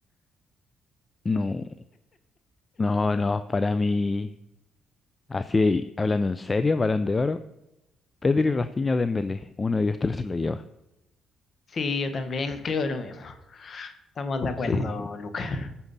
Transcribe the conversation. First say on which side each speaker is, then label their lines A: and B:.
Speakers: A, on the left; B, on the left.
A: no. No, no, para mí, así hablando en serio, Balón de Oro, Pedri, Rafinha, Dembélé, uno de ellos tres se lo lleva.
B: Sí, yo también creo lo mismo. Estamos de acuerdo,
A: Sí,
B: Luca.